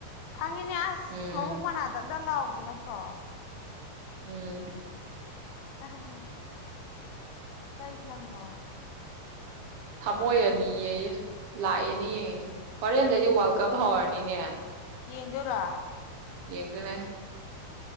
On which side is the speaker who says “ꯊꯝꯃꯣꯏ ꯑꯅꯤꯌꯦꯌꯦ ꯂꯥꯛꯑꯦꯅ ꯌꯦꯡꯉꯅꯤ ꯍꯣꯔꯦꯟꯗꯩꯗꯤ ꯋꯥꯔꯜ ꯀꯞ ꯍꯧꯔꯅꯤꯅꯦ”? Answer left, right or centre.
Right